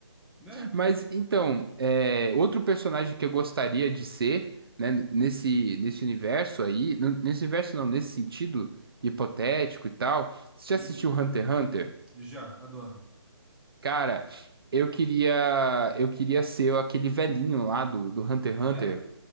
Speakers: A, in the centre; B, on the right.
A: né?
B: Mas então, é, outro personagem que eu gostaria de ser, né, nesse, nesse universo aí, n- nesse universo não, nesse sentido hipotético e tal. Você já
A: Uhum.
B: assistiu Hunter x Hunter?
A: Já, adoro.
B: Cara, eu queria eu queria ser aquele velhinho lá do, do Hunter x Hunter.
A: Nero?